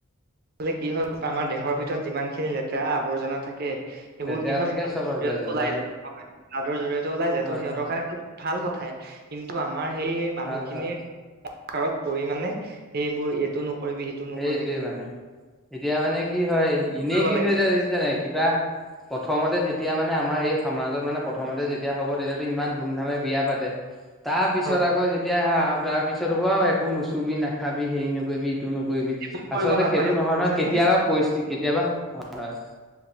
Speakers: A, on the right; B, in the centre.
A: মানে কি হয় গম পা, আমাৰ দেহৰ ভিতৰত যিমান খিনি লেতেৰা আৱৰ্জনা থা তে সেইবোৰ
B: লেতেৰা
A: কি হয়
B: থাকে
A: <unintelligible>
B: চাবপ্লাইজাৰ
A: জৰিয়তে ওলাই
B: হয়
A: যায় <unintelligible> জৰিয়তে ওলাই যায়
B: হয়
A: ত' সিহঁতৰ
B: হয়
A: কাৰণে এইটো ভাল কথাই কিন্তু আমাৰ সেই মানুহখিনিৰ
B: ভাল ভাল
A: কাৰত পৰিমানে সেইবোৰ এইটো নকৰিবি, সিটো
B: সেইটোৱে
A: নকৰিবি, কিন্তু
B: মানে এতিয়া মানে কি হয়, এনেই
A: কৰিব লাগে
B: কিন্তু এতিয়া দেখিছানে নাই কিবা প্ৰথমতে যেতিয়া মানে আমাৰ এই সমাজত মানে প্ৰথমতে যেতিয়া হ'ব তেতিয়া ইমান ধুম-ধামে বিয়া পাতে। তাৰপিছত
A: হয়
B: আকৌ যেতিয়া হা তাৰপিছত হ'ব একো নুচুবি নাখাবি হেৰি নকৰিবি টো নকৰিবি
A: ফোন কৰিব
B: আচলতে,
A: নাপায়
B: সেইটো নহয়
A: কৈছেনে
B: নহয় কেতিয়াবা পৰিস্থিতি কেতিয়াবা হয়, হয়